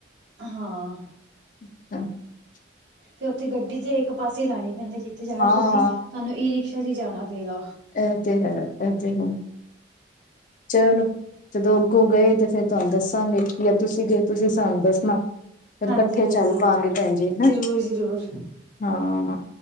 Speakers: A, on the right; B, on the left.
A: ਹਾਂ।
B: <inaudible>
A: ਤੇ ਓਥੇ ਗੱਡੀ ਤੇ ਇਕ ਪਾਸੇ ਲਾਣੀ ਪੈਂਦੀ ਜਿਥੇ ਜਾਣਾ
B: ਹਾਂ
A: ਤੁਸੀ ਤਾਨੂੰ ਈ ਰਿਕਸ਼ਾ ਚ ਈ ਜਾਣਾ ਪਏਗਾ।
B: ਐ ਤੇ ਹੈ, ਐ ਤੇ ਹੂੰ। ਚਲੋ ਜਦੋ ਅੱਗੋ ਗਏ ਤੇ ਫੇਰ ਤੋਆਨੂੰ ਦੱਸਾਂਗੇ ਕੀ ਯਾ ਤੁਸੀ ਗਏ ਤੁਸੀ ਸਾਨ ਦੱਸਨਾ। ਫੇਰ
A: ਹਾਂਜੀ
B: ਕਠੇ
A: ਹਾਂਜੀ
B: ਚੱਲ ਪਾਂਗੇ ਪੈਨ ਜੀ ਹੈਂ
A: ਜ਼ਰੂਰ ਜ਼ਰੂਰ
B: ਹਾਂ।